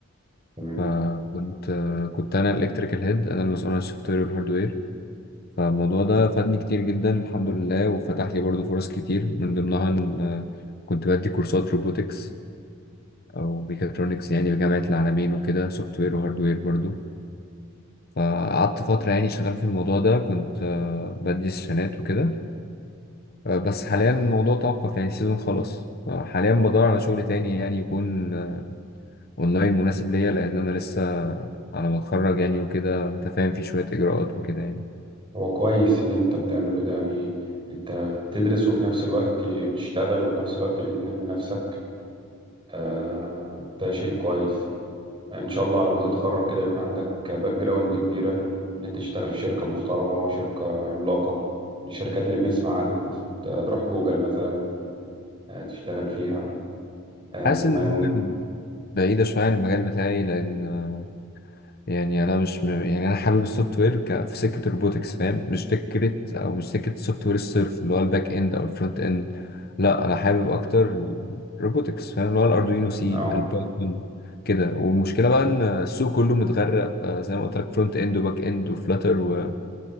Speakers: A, on the right (about 25°); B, on the left (about 50°).
A: تمام
B: فكنت كنت انا الالكتريكال هيد انا المسؤول عن السوفت وير والهاردوير فالموضوع ده فادني كتير جدا الحمد لله وفتح لي برضه فرص كتير من ضمنها ان آه، كنت بدي كورسات روبوتكس او ميكاترونكس يعني بجامعة العالمين وكده سوفت وير وهاردوير برضه فقعدت فترة يعني شغال في الموضوع ده كنت آه، بدي سيشنات وكده آه، بس حاليا الموضوع توقف يعني السيزون خلاص فحاليا بدور على شغل تاني يعني يكون اونلاين مناسب ليا لان انا لسه على ما اتخرج يعني وكده انت فاهم في شويه اجراءات وكده يعني
A: هو كويس اللي انت بتعمله ده يعني انت بتدرس وفي نفس الوقت بتشتغل وفي نفس الوقت بتنمي نفسك آه ده شيء كويس ان شاء الله على ما تتخرج كده يكون عندك باك جراوند كبيرة ان انت تشتغل في شركة محترمة شركة عملاقة من الشركات اللي بنسمع عنها مثلا تروح جوجل مثلا آه، تشتغل فيها آه،
B: حاسس
A: بما
B: ان
A: ان
B: جوجل بعيده شويه عن المجال بتاعي لان آه، يعني انا مش م... يعني انا حابب السوفت وير ك... في سكه الروبوتكس فاهم مش فكره او مش سكه السوفت وير الصرف اللي هو الباك اند او الفرونت اند لا انا حابب اكتر الروبوتكس فاهم اللي هو الاردوينو سي
A: اه
B: البايثون كده والمشكله بقى ان السوق كله متغرق آه، زي ما قلت لك فرونت اند وباك اند وفلاتر و...